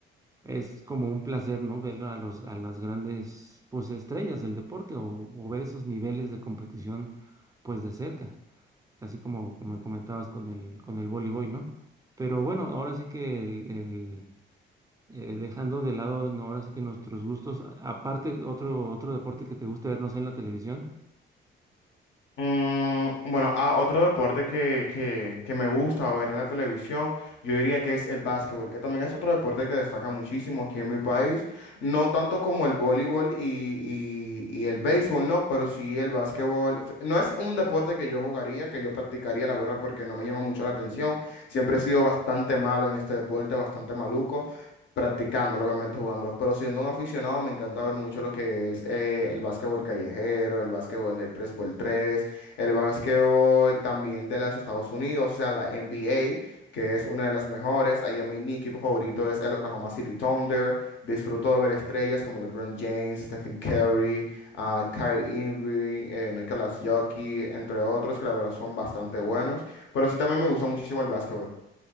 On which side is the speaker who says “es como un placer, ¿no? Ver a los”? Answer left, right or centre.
Right